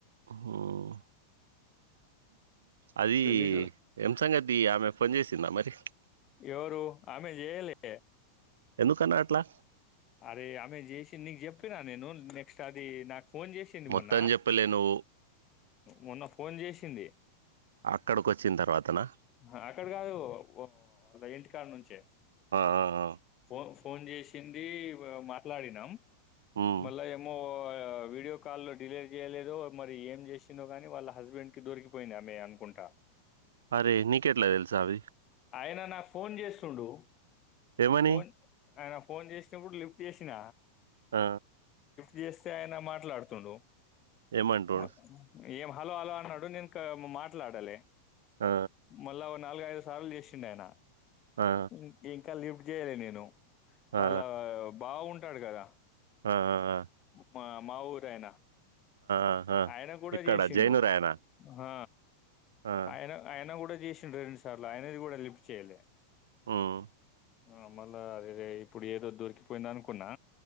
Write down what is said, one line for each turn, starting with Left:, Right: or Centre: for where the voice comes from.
Right: ఉమ్ అది
Left: పెళ్లి
Right: ఎం సంగతి ఆమె ఫోన్ చేసిందా మరి?
Left: ఎవరు ఆమె జెయలే
Right: ఎందుకన్నా అట్లా
Left: అరే అమె చేసింది నీకు చెప్పిన నేను నే స్ట్ అది నాకు ఫోన్ చేసింది
Right: మొత్తం
Left: మొన్న
Right: చెప్పలే నువ్వు
Left: మొన్న ఫోన్ చేసింది
Right: అక్కడకు వచ్చిన తర్వాతనా
Left: మేటర్ కాదు ఓ అ ఇంటికాడ నుంచే
Right: ఆ ఆ ఆ
Left: ఫోన్ ఫోన్ చేసింది వ మాట్లాడినాం
Right: మ్
Left: మళ్ళ ఏమో ఆ వీడియో కాల్ల్లో డిలేట్ జేయలేదో మరి ఏం జెసిందో గానీ, వాళ్ళ హస్బెండ్ కి దొరికిపోయింది ఆమె అనుకుంట. ట
Right: అరే నీకెట్ల తెలుసు అవి
Left: ఆయన నాకు ఫోన్ చేస్తుండు
Right: ఏమని
Left: ఫోన్ ఆయన ఫోన్ చేసినపుడు లిఫ్ తీసిన
Right: ఆ
Left: జేస్తే ఆయన మాట్లాడుతుండు
Right: ఏమంట్రు
Left: మ ఏం హలో హలో అన్నడు నెన్ క అమ్ మ మాట్లాడలే
Right: ఆ
Left: మళ్ళా నాలుగైదు సార్లు జేశిండాయన
Right: ఆ
Left: ఇన్ ఇంకా లిఫ్ట్ జేయలే నేను
Right: ఆ
Left: వాళ్ళా బావవుంటాడుకదా
Right: అ అ అ
Left: మా మా ఊరయినా
Right: ఆ ఆ
Left: ఆయన గుడా
Right: ఇక్కడ
Left: జేశిండు
Right: జైనురాయనా
Left: హ
Right: ఆ
Left: ఆయన ఆయన గూడ జేశిండు రెండు సార్ల ఆయనది గూడ లిఫ్ట్ చేయ్యాలె
Right: హ్మ్మ్
Left: అహ్ మళ్ళ అదే ఇప్పుడు ఏదో దొరికిపోయిందనుకున్నా